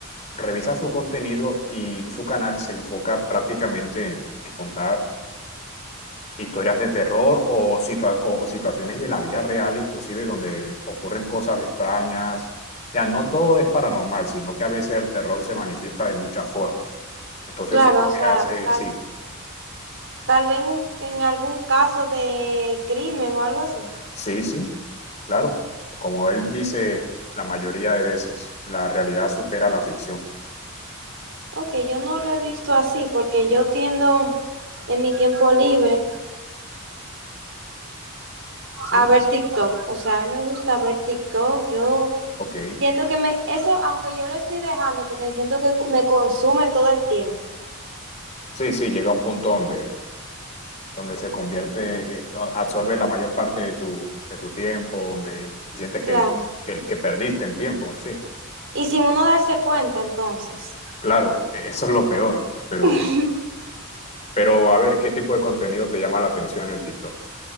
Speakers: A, on the left; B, on the right.
A: revisa su contenido y su canal se enfoca prácticamente en, en contar historias de terror o, situa- o situaciones de la vida real, inclusive donde ocurren cosas extrañas. Ya no todo es paranormal, sino que a veces el terror se manifiesta de muchas formas. Entonces,
B: Claro,
A: eso es lo
B: o
A: que
B: sea,
A: hace,
B: tal,
A: sí,
B: tal vez en, un- en algún caso de crimen o algo así.
A: Sí, sí, claro. Como él dice la mayoría de veces, la realidad supera la ficción,
B: Ok, yo no lo he visto así porque yo tiendo en mi tiempo libre
A: ¿sí?
B: a ver TikTok. O sea, a mí me gusta ver TikTok, yo...
A: Ok.
B: Siento que me, eso, aunque yo lo estoy dejando, porque siento que me consume todo el tiempo.
A: Sí, sí, llega un punto donde, donde se convierte, eh, no, absorbe la mayor parte de tu, de tu tiempo, donde y sientes que,
B: Claro.
A: que, que perdiste el tiempo, sí.
B: Y sin uno darse cuenta, entonces.
A: Claro, eh, eso es lo peor, pero,
B: <laughs>
A: pero a ver, ¿qué tipo de contenido te llama la atención en el TikTok?